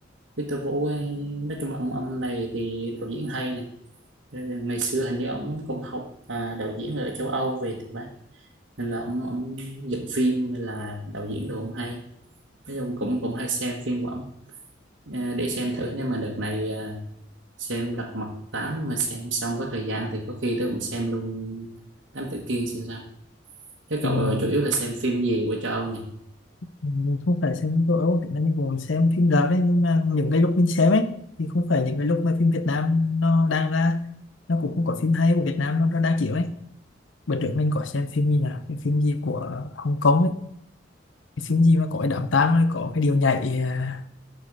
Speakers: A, on the right; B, on the left.
A: Victor Vũ ấy, nói chung là ông ông này thì đạo diễn hay nè Thế là ngày xưa hình như ông cũng học à, đạo diễn ở châu Âu về thì phải nên là ông ông dựng phim nên là đạo diễn đồ ông hay nói chung cũng cũng hay xem phim của ông Ờ, để xem thử nếu mà đợt này à, xem Lật Mặt tám mà xem xong có thời gian thì có khi tôi cũng xem luôn Thám Tử Kiên xem sao thế
B: thì
A: cậu
B: mình,
A: ờ, chủ yếu là xem phim gì của châu Âu nhỉ
B: mình không phải xem phim châu Âu thì mình cũng xem phim rạp đấy nhưng mà những cái lúc mình xem ấy thì không phải những cái lúc mà phim Việt Nam nó đang ra nó cũng không có phim hay của Việt Nam nó nó đang chiếu ấy bữa trước mình có xem phim gì nhỉ cái phim gì của Hồng Kông ấy cái phim gì mà có cái đám tang ấy có cái điều nhảy à,